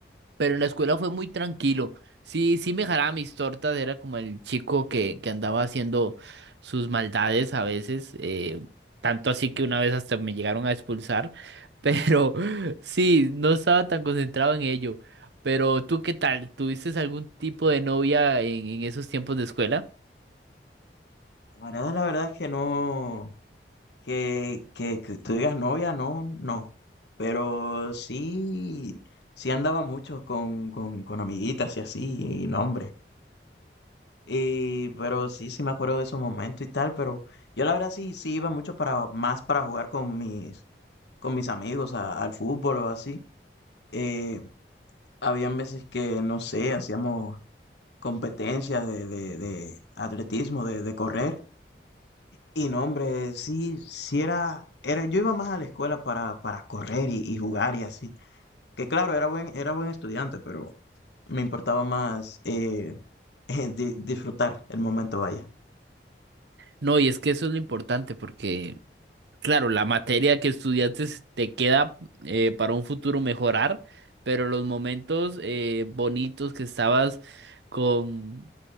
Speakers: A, on the right; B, on the left.
A: Pero en la escuela fue muy tranquilo. Sí, sí me jalaba mis tortas, era como el chico que, que andaba haciendo sus maldades a veces, eh, tanto así que una vez hasta me llegaron a expulsar, pero <laughs> sí, no estaba tan concentrado en ello. Pero tú, ¿qué tal? ¿Tuviste algún tipo de novia en, en esos tiempos de escuela?
B: La verdad, la verdad es que no, que, que, que tú digas novia, no, no. Pero sí, sí andaba mucho con, con, con amiguitas y así, y no, hombre. Y, pero sí, sí me acuerdo de esos momentos y tal, pero yo la verdad sí, sí iba mucho para, más para jugar con mis, con mis amigos a- al fútbol o así. Eh, habían veces que, no sé, hacíamos competencias de, de, de atletismo, de, de correr. Y no, hombre, sí, sí era, era, yo iba más a la escuela para, para correr y, y jugar y así. Que claro, era buen, era buen estudiante, pero me importaba más eh, <laughs> di- disfrutar el momento, vaya.
A: No, y es que eso es lo importante, porque Claro, la materia que estudiaste s- te queda eh, para un futuro mejorar, pero los momentos eh, bonitos que estabas con,